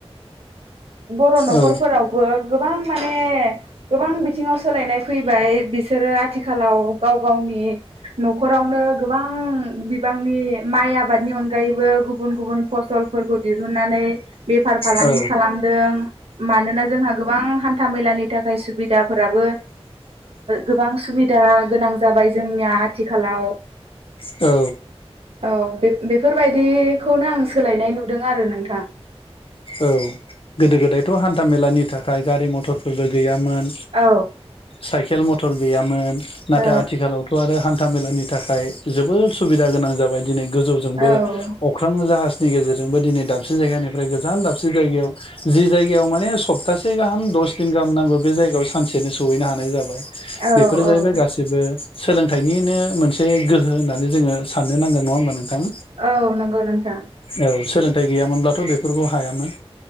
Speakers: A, on the right (about 65°); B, on the left (about 55°).
A: बर' न'खरफोरावबो
B: औ
A: गोबां माने गोबां बिथिङाव सोलायनाय फैबाय बिसोरो आथिखालाव गाव गावनि नि न'खरावनो गोबां बिबांनि माइ आबादनि अनगायैबो गुबुन गुबुन फसलफोरखौ दिहुननानै बेफार फालांगि
B: औ
A: खालामदों मानोना जोंहा गोबां हान्था मेलानि थाखाय सुबिदा दाफोराबो गोबां सुबिदा गोनां जाबाय जोंनिया आथिखालाव
B: औ।
A: औ बे बेफोरबायदिखौनो आं सोलायनाय नुदों आरो नोंथां।
B: औ गोदो गोदायथ' हान्था मेलानि थाखाय गारि मथरफोरबो गैयामोन।
A: औ
B: साइकेल मथर गैयामोन नाथाय
A: औ
B: आथिखालावथ' आरो हा हान्था मेलानि थाखाय जोबोद सुबिदा गोनां जाबाय दिनै गोजौजोंबो
A: औ
B: अख्रां जाहाज नि गेजेरजोंबो दिनै दाबसे जायगानिफ्राय गोजान दाबसे जायगायाव जि जायगायाव माने सप्तासे गाहाम दस दिन गाहाम नांगौ बे जायगायाव सानसेनि सम सहैनो हानाय जाबाय
A: औ
B: बेफोर जाहैबाय
A: औ
B: गासिबो सोलोंथाइनिनो मोनसे गोहो होननानै जोङो साननो नांगोन नङा होमबा नों थां
A: औ नंगौ नोंथां
B: औ सोलोंथाइ गैयामोनब्लाथ' बेफोरखौ हायामोन।